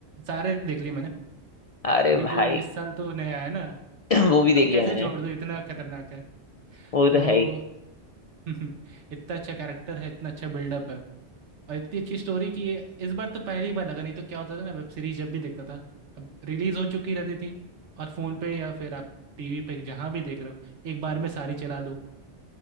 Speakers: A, on the right (about 80°); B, on the left (about 65°).
A: सारे देख लिए मैंने
B: अरे
A: अभी
B: भाई
A: जो इस साल तो नया आया ना
B: <clears throat> वो भी देख
A: अब
B: लिया
A: कैसे
B: मैंने
A: छोड़ दूँ इतना खतरनाक है
B: वो तो
A: तो
B: है ही
A: <laughs> इतना अच्छा कैरेक्टर है इतना अच्छा बिल्डअप है और इतनी अच्छी स्टोरी कि ये इस बार तो पहली बार लगा नहीं तो क्या होता था ना वेब सीरीज जब भी देखता था अब रिलीज हो चुकी रहती थी और फोन पे या फिर आप टीवी पे जहां भी देख रहे हो एक बार में सारी चला दो